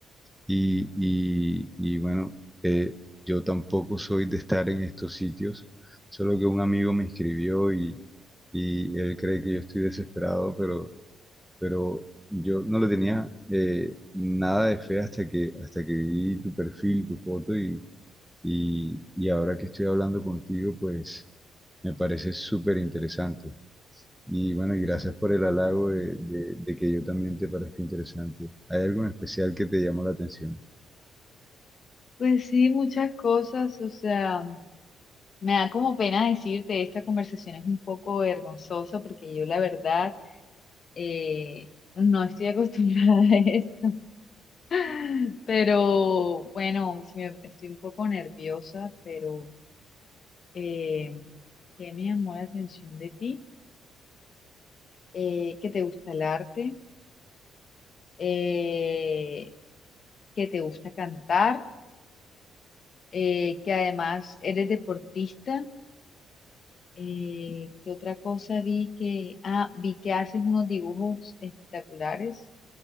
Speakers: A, in the centre; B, on the left.
A: Y, y- y bueno, eh, yo tampoco soy de estar en estos sitios, solo que un amigo me escribió y, y él cree que yo estoy desesperado, pero, pero yo no le tenía eh, nada de fe hasta que, hasta que vi tu perfil, tu foto y, y, y ahora que estoy hablando contigo, pues me parece súper interesante. Y bueno, y gracias por el halago de, de de que yo también te parezca interesante. ¿Hay algo en especial que te llamó la atención?
B: Pues sí, muchas cosas, o sea, me da como pena decirte, esta conversación es un poco vergonzosa porque yo la verdad eh, no estoy <laughs> acostumbrada a esto, <laughs> pero bueno, sí me- estoy un poco nerviosa, pero eh, ¿qué me llamó la atención de ti? Eh, que te gusta el arte, eh, que te gusta cantar, eh, que además eres deportista. Eh, ¿qué otra cosa vi que, ah, vi que haces unos dibujos espectaculares,